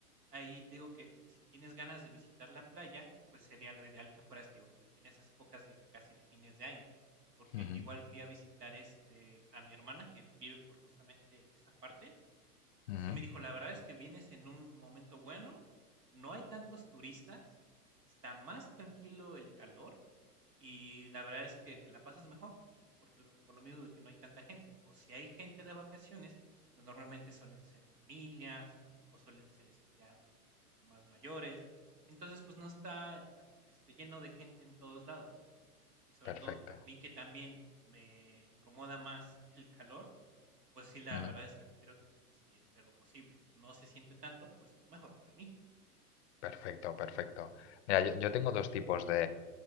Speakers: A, on the right; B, on the left.
A: Ahí te digo que si tienes ganas de visitar la playa, pues sería lo ideal que fueras, te digo que en esas épocas de casi de fines de año, porque
B: Ujú,
A: yo igual fui a visitar este a mi hermana que vive por justamente esa parte
B: ujú,
A: y sí me dijo, la verdad es que vienes en un momento bueno, no hay tantos turistas, está más tranquilo el calor y la verdad es que te la pasas mejor, porque lo por lo mismo de que no hay tanta gente. O si hay gente de vacaciones, pues normalmente suelen ser familias o suelen ser, este, ya adultos un poco más mayores. Entonces, pues no está, ah, este, lleno de gente en todos lados. Y sobre
B: Perfecto,
A: todo a mí que también me incomoda más <laughs> el calor, pues sí, la
B: ujú.
A: verdad es que prefiero que si entre lo posible no se siente tanto, pues mejor para mí.
B: perfecto, perfecto. Mira, yo, yo tengo dos tipos